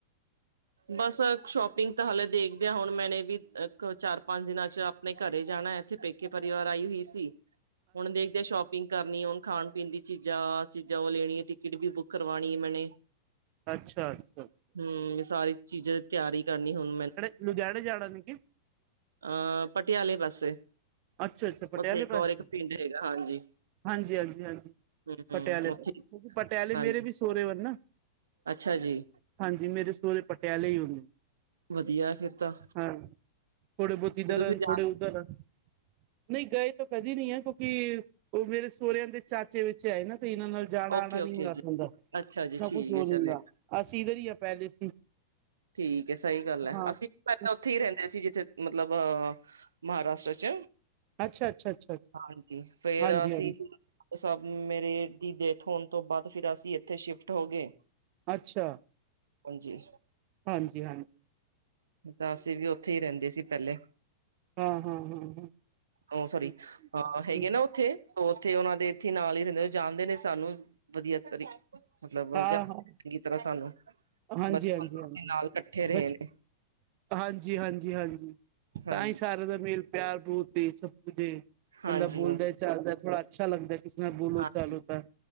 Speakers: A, on the right; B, on the right.
A: ਬਸ ਸ਼ੋਪਿੰਗ ਤਾਂ ਹਾਲੇ ਦੇਖਦੇ ਆ, ਹੁਣ ਮੈਂ ਨੇ ਵੀ ਚਾਰ- ਪੰਜ ਦਿਨਾਂ ਚ' ਆਪਣੇ ਘਰੇ ਜਾਣਾ, ਇੱਥੇ ਪੇਕੇ ਪਰਿਵਾਰ ਆਈ ਹੋਈ ਸੀ। ਹੁਣ ਦੇਖਦੇ ਸ਼ੋਪ ਕਿੰਗ ਕਰਨੀ। ਉਹ ਖਾਣ- ਪੀਣ ਦੀ ਚੀਜ਼ਾਂ ਚੀਜ਼ਾਂ ਉਹ ਲੈਣੀ, ਟਿਕਟ ਵੀ ਬੁੱਕ ਕਰਵਾਣੀ ਮੈਨੇ।
B: ਅੱਛਾ- ਅੱਛਾ -ਅੱਛਾ।
A: ਹਮ ਸਾਰੀ ਚੀਜ਼ਾਂ ਦੀ ਤਿਆਰੀ ਕਰਨੀ, ਹੁਣ ਮੈਨੂੰ।
B: ਲੁਧਿਆਣੇ ਜਾਣਾ ਨ ਕਿ?
A: ਅਹ, ਪਟਿਆਲੇ ਪਾਸੇ,
B: ਅੱਛਾ ਅੱਛਾ ਪਟਿਆਲੇ
A: ਉੱਥੇ ਇੱਕ
B: ਪਾਸੇ
A: ਔਰ ਇੱਕ ਪਿੰਡ ਹੈੇਗਾ। ਹਾਂਜੀ।
B: ਹਾਂਜੀ -ਹਾਂਜੀ -ਹਾਂਜੀ,
A: ਹਮ
B: ਪਟਿਆਲੇ
A: ਹਮ ਉੱਥੇ
B: ਪਾਸੇ ਕਿਉਂਕਿ ਪਟਿਆਲੇ
A: ਹਾਂਜੀ
B: ਮੇਰੇ ਵੀ ਸੋਹਰੇ ਵਾਲ ਨਾ।
A: ਅੱਛਾ ਜੀ।
B: ਹਾਂਜੀ ਮੇਰੇ ਸੁਹਰੇ ਪਟਿਆਲੇ ਹੀ ਹੁੰਦੇ।
A: ਵਧੀਆ ਫਿਰ ਤਾਂ
B: ਹਾਂ ਥੋੜੇ ਬਹੁਤ ਇੱਧਰ
A: ਤੇ ਤੁਸੀਂ
B: ਹਨ
A: ਜਾ
B: ਥੋੜੇ ਉੱਧਰ ਹਨ। ਨਹੀਂ ਗਏ ਤਾਂ ਕਦੇ ਨਹੀਂ ਹੈ ਕਿਉਂਕਿ ਉਹ ਮੇਰੇ ਸੋਹੁਰਿਆਂ ਦੇ ਚਾਚੇ ਵਿੱਚ ਆਏ ਨਾ ਤੇ ਇਹਨਾਂ ਨਾਲ। ਜਾਣਾ
A: ਓਕੇ
B: ਆਉਣਾ ਨੀ
A: ਓਕੇ
B: ਹੁੰਦਾ
A: ਜੀ
B: ਸਾਡਾ
A: ਅੱਛਾ ਜੀ ਠੀਕ
B: ਕੁਛ ਹੋ
A: ਹੈ
B: ਨੀ
A: ਚਲੇ
B: ਹੁੰਦਾ ਅਸੀਂ ਇੱਧਰ ਹੀ ਆ ਪਹਿਲੇ ਸੀ।
A: ਠੀਕ ਹੈ। ਸਹੀ ਗੱਲ ਹੈ।
B: ਹਾਂ
A: ਅਸੀਂ ਪਹਿਲਾਂ
B: ਇਸ
A: ਉੱਥੇ ਹੀ ਰਹਿੰਦੇ ਸੀ। ਜਿੱਥੇ ਮਤਲਬ ਮਹਾਰਾਸ਼ਰਾ ਚ'।
B: ਅੱਛਾ ਅੱਛਾ ਅੱਛਾ ਅੱਛਾ
A: ਹਾਂਜੀ। ਫੇਰ
B: ਹਾਂਜੀ
A: ਅਸੀਂ
B: ਹਾਂਜੀ
A: ਸਭ ਮੇਰੇ ਦੀ ਡੇਥ ਹੋਣ ਤੋਂ ਬਾਅਦ ਫਿਰ ਅਸੀਂ ਇੱਥੇ ਸ਼ਿਫਟ ਹੋ ਗਏ।
B: ਅੱਛਾ।
A: ਹਾਂਜੀ।
B: ਹਾਂਜੀ- ਹਾਂਜੀ।
A: ਤਾਂ ਅਸੀਂ ਵੀ ਉੱਥੇ ਹੀ ਰਹਿੰਦੇ ਸੀ ਪਹਿਲੇ।
B: ਹਾਂ ਹਾਂ ਹਾਂ ਹਾਂ
A: ਉਹ ਸੋਰੀ,
B: ਠੀਕ ਠੀਕ
A: ਅਹ ਹੈਗੇ ਨਾ ਉੱਥੇ। ਉੱਥੇ ਉਹਨਾਂ ਦੇ ਇੱਥੇ ਨਾਲ ਹੀ ਰਹਿੰਦੇ ਜਾਣਦੇ ਨੇ ਸਾਨੂੰ ਵਧੀਆ ਤਰੀਕੇ ਮਤਲਬ
B: ਹਾਂ
A: ਜਾ
B: ਹਾਂ
A: ਚੰਗੀ ਤਰ੍ਹਾਂ ਸਾਨੂੰ
B: ਹਾਂਜੀ
A: ਬਚਪਨ
B: ਹਾਂਜੀ ਹਾਂਜੀ
A: ਤੋਂ ਨਾਲ ਇਕੱਠੇ ਰਹੇ
B: ਬਚ
A: ਨੇ।
B: ਹਾਂਜੀ, ਹਾਂਜੀ, ਹਾਂਜੀ
A: ਹਾਂਜੀ,
B: ਤਾਂ ਹੀ ਸਾਰਿਆਂ ਦਾ ਮੇਲ ਪਿਆਰ ਸ ਕੁੇ
A: ਹਾਂਜੀ,
B: ਬੰਦਾ ਬੋਲਦਾ ਚਾਲਦਾ ਥੋੜਾ ਅੱਛਾ ਲੱਗਦਾ ਕਿਸੇ ਨਾਲ ਬੋਲੋ
A: ਹਾਂਜੀ,
B: ਚਾਲੋ ਤਾਂ।